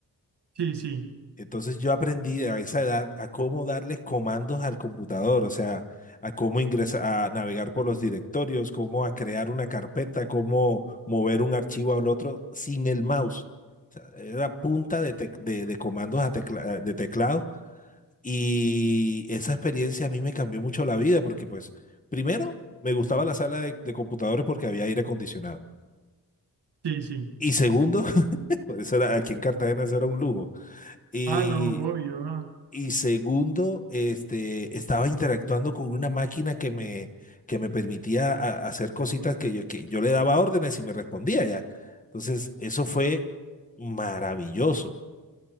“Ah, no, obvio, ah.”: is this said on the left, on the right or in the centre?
Right